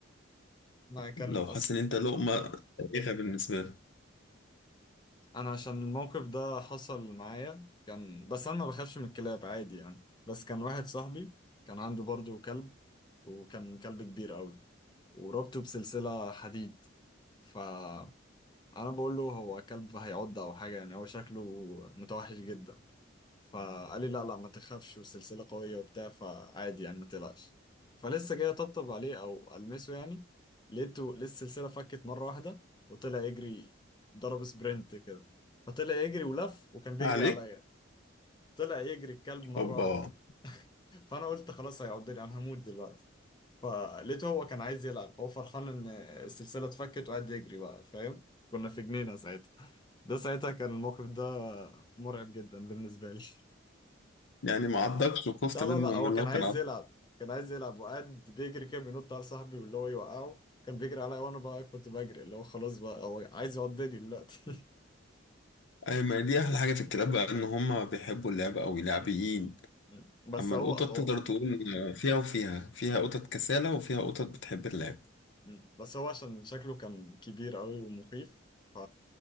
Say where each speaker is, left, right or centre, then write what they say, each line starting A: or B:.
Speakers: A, on the left (about 20°); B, on the left (about 70°).
A: <laughs> انا كان
B: لو
A: اصلا
B: حس ان انت لقمة تاريخة بالنسبة له
A: انا عشان الموقف ده حصل معايا كان بس انا ما بخافش من الكلاب عادي يعني بس كان واحد صاحبي كان عنده برضه كلب وكان كلب كبير قوي وربطه بسلسلة حديد فانا بقول له هو كلب هيعض او حاجة يعني هو شكله متوحش جدا فقال لي لا لا ما تخافش والسلسلة قوية وبتاع فعادي يعني ما تقلقش فلسه جاي اطبطب عليه او المسه يعني لقيته لسه السلسلة فكت مرة واحدة وطلع يجري ضرب سبرنت كده فطلع يجري ولف وكان بيجري
B: عليك
A: عليا طلع يجري الكلب مرة
B: هوبا
A: واحدة فانا قلت خلاص هيعضني انا هموت دلوقتي فلقيته هو كان عايز يلعب هو فرحان ان السلسلة اتفكت وقعد يجري بقى فاهم كنا في جنينة ساعتها ده ساعتها كان الموقف ده مرعب جدا بالنسبة لي
B: يعني ما عضكش وخفت
A: لا
B: منه
A: لا لا
B: من
A: هو كان
B: لو
A: عايز
B: كان عضك
A: يلعب كان عايز يلعب وقعد بيجري كده بينط على صاحبي واللي هو يوقعه كان بيجري عليا وانا بقى كنت بجري اللي هو خلاص بقى هو عايز يقضيني دلوقتي
B: اي ما دي احلى حاجة في الكلاب بقى ان هما بيحبوا اللعبة قوي لعبيين
A: <laughs> مم. بس
B: اما
A: هو
B: القطط
A: هو
B: تقدر تقول فيها وفيها فيها قطط كسالة وفيها قطط بتحب اللعب
A: مم. بس هو عشان شكله كان كبير قوي ومخيف ف